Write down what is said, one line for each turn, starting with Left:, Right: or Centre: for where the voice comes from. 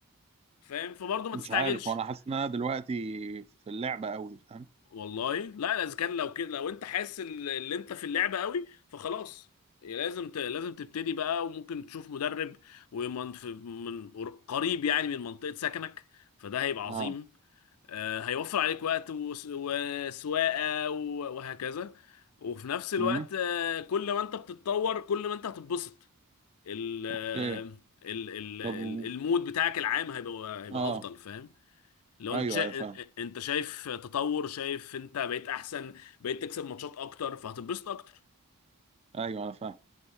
Left: فاهم فبرضو ما
Right: مش
Left: تستعجلش
Right: عارف هو انا حاسس ان انا دلوقتي في اللعبه قوي فاهم
Left: والله لا لا، اذا كان لو كده لو انت حاسس ال- اللي انت في اللعبه قوي فخلاص لازم ت... لازم تبتدي بقى وممكن تشوف مدرب ومن في... من قريب يعني من منطقه سكنك فده هيبقى
Right: اه
Left: عظيم آه، هيوفر عليك وقت وس- وسواقة و- وهكذا وفي نفس الوقت
Right: امم
Left: آه، كل ما انت بتتطور كل ما انت هتتبسط ال
Right: اوكي
Left: ال ال
Right: طب
Left: ال-
Right: و-
Left: المود بتاعك العام هيبقى هيبقى
Right: اه
Left: افضل فاهم لو
Right: ايوه
Left: انت شا...
Right: ايوه فاهم
Left: انت شايف تطور شايف انت بقيت احسن بقيت تكسب ماتشات اكتر فهتتبسط اكتر
Right: ايوه انا فاهم